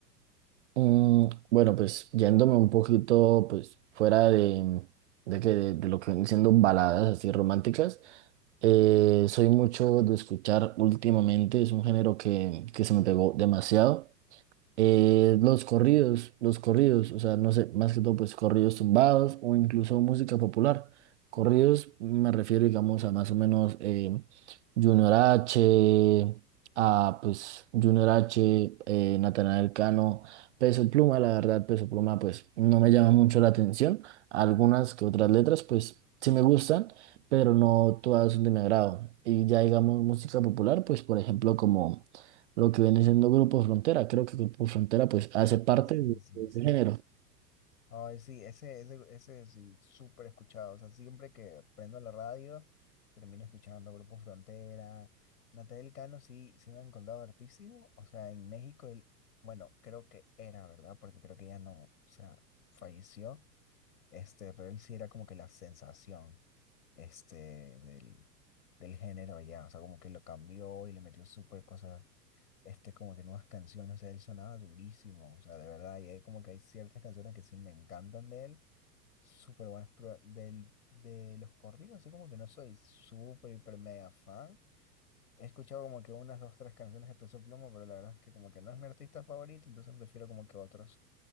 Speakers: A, on the right (about 45°); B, on the left (about 65°).
A: Mm, bueno, pues yéndome un poquito pues fuera de, de, que- de- de lo que vienen siendo baladas así románticas, eh, soy mucho de escuchar últimamente, es un género que, que se me pegó demasiado. Eh, los corridos, los corridos, o sea, no sé, más que todo, pues corridos tumbados o incluso música popular. Corridos me refiero, digamos, a más o menos eh, Junior H, a pues Junior H, eh, Natanael Cano, Peso Pluma, la verdad, Peso Pluma, pues no me llama mucho la atención. Algunas que otras letras, pues sí me gustan, pero no todas son de mi agrado. Y ya digamos música popular, pues por ejemplo, como lo que viene siendo Grupo Frontera. Creo que Grupo Frontera pues hace
B: Ah,
A: parte
B: sí,
A: de
B: sí,
A: de ese
B: sí.
A: género.
B: Ay, sí, ese, ese, ese sí, súper escuchado. O sea, siempre que prendo la radio, termino escuchando Grupo Frontera. Natal Cano sí, sí me han contado hartísimo. O sea, en México, él, bueno, creo que era, ¿verdad? Porque creo que ya no, o sea, falleció. Este, pero él sí era como que la sensación, este, del, del género allá. O sea, como que lo cambió y le metió súper cosas este, como que nuevas canciones, o sea, él sonaba durísimo, o sea, de verdad, y hay como que hay ciertas canciones que sí me encantan de él, súper buenas, pero del, de los corridos, así como que no soy súper, hiper, mega fan, he escuchado como que unas, dos, tres canciones de Peso Pluma, pero la verdad es que como que no es mi artista favorito, entonces prefiero como que otros,